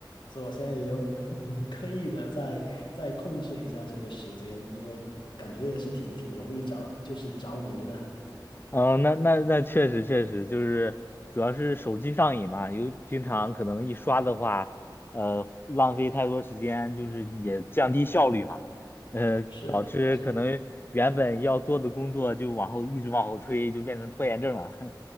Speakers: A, on the left (about 75°); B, on the left (about 25°).
A: 所以我现在也有 <laughs> 刻意的在在控制一下这个时间，因为感觉也是挺挺容易着，就是着迷的。
B: 嗯、那那那确实确实就是主要是手机上瘾嘛，有经常可能一刷的话，呃，浪费太多时间，就是也降低效率嘛，呃，
A: 是是
B: 导致可能原本要做的工作就往后一直往后推，就变成拖延症了。<laughs>